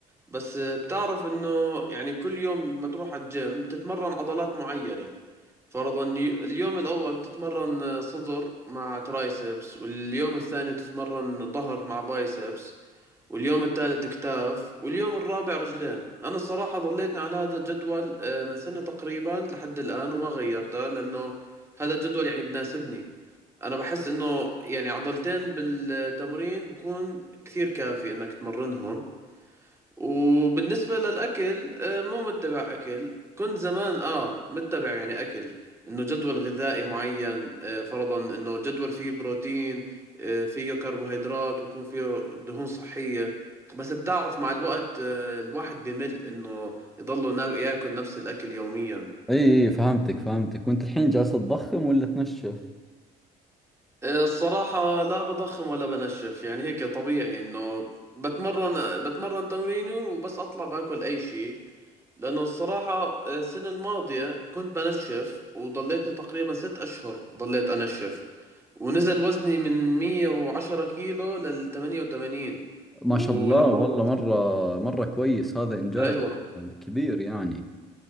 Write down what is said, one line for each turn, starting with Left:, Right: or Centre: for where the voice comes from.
Right: بس آه، بتعرف إنه يعني كل يوم لما تروح على الجيم بتتمرن عضلات معينة فرضا ي- اليوم الأول بتتمرن آه، صدر مع ترايسبس واليوم الثاني بتتمرن ظهر مع بايسبس واليوم الثالث كتاف واليوم الرابع رجلين أنا الصراحة ضليتني على هذا الجدول آه، من سنة تقريبا لحد الآن وما غيرته لأنه هذا الجدول يعني بناسبني انا بحس انه يعني عضلتين بالتمرين بكون كثير كافي انك تمرنهم وبالنسبة للاكل آه، مو متبع اكل كنت زمان اه متبع يعني اكل انه جدول غذائي معين آه، فرضا انه جدول فيه بروتين آه، فيه كربوهيدرات ويكون فيه دهون صحية بس بتعرف مع الوقت آه، الواحد بمل انه يضله نا- ياكل نفس الاكل يوميا
Centre: إي إي فهمتك فهمتك وأنت الحين جالس تضخم ولا تنشف
Right: الصراحة لا بضخم ولا بنشف يعني هيك طبيعي انه بتمرن بتمرن تمريني وبس اطلع باكل اي شيء لانه الصراحة السنة الماضية كنت بنشف وضليتني تقريبا ست اشهر ضليت انشف ونزل وزني من 110 كيلو لل 88
Centre: ما
Right: ولما
Centre: شاء الله والله مرة مرة كويس هذا إنجاز
Right: ايوه
Centre: آه، كبير يعني